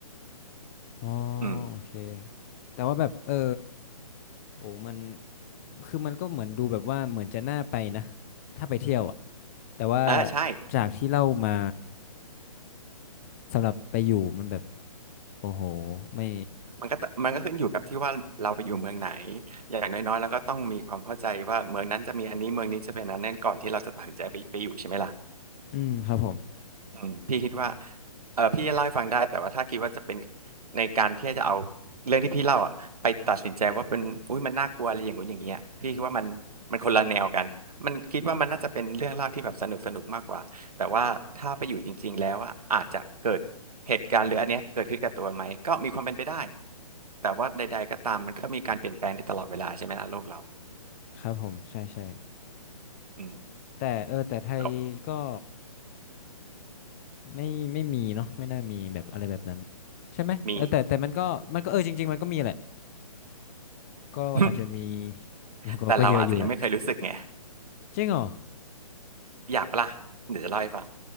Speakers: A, on the left (about 25°); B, on the right (about 75°).
A: อ๋อ
B: อืม
A: โอเคแต่ว่าแบบเออโอ้มันคือมันก็เหมือนดูแบบว่าเหมือนจะน่าไปนะถ้าไปเที่ยวอ่ะแต่ว่า
B: เออใช่
A: จากที่เล่ามาสำหรับไปอยู่มันแบบโอ้โหไม่
B: มันก็ตมันก็ขึ้นอยู่กับที่ว่าเราไปอยู่เมืองไหนอย่างน้อยๆแล้วก็ต้องมีความเข้าใจว่าเมืองนั้นจะมีอันนี้เมืองนี้จะเป็นอันนั้นก่อนที่เราจะตัดสินใจไปไปอยู่ใช่ไหมล่ะ
A: อืมครับผม
B: อืมพี่คิดว่าเออพี่เล่าให้ฟังได้แต่ว่าถ้าคิดว่าจะเป็นในการที่จะเอาเรื่องที่พี่เล่าอ่ะไปตัดสินใจว่าเป็นอุ้ยมันน่ากลัวอะไรอย่างงู้นอย่างเงี้ยพี่คิดว่ามันมันคนละแนวกันมันคิดว่ามันน่าจะเป็นเรื่องเล่าที่แบบสนุกสนุกมากกว่าแต่ว่าถ้าไปอยู่จริงๆแล้วอะอาจจะเกิดเหตุการณ์หรืออันเนี้ยเกิดขึ้นกับตัวไหมก็มีความเป็นไปได้แต่ว่าใดๆก็ตามมันก็มีการเปลี่ยนแปลงในตลอดเวลาใช่ไหมล่ะโลกเรา
A: ครับผมใช่ใช่
B: อืม
A: แต่เออแต่ไทยก็
B: เรา
A: ไม่ไม่มีเนาะไม่น่ามีแบบอะไรแบบนั้นใช่ไหมเออแต่แต่มันก็มันก็เออจริงๆมันก็มีแหละ
B: มี
A: ก็อาจจะมี
B: <laughs>
A: <laughs> นะก็ก็เยอะอยู่แหละ
B: แต่เราอาจจะยังไม่เคยรู้สึกไง
A: จริงเหรอ
B: อยากปะล่ะเดี๋ยวจะเล่าให้ฟัง